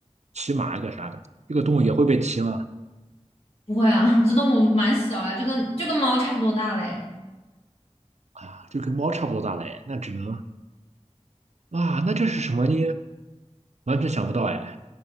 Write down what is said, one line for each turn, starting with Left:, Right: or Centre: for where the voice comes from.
Right: 骑马一个啥的，这个动物也会被骑吗？
Left: 不会啊，<laughs> 这动物蛮小呀，就跟就跟猫差不多大嘞。
Right: 啊，就跟猫差不多大嘞，那只能啊，那这是什么呢？完全想不到哎，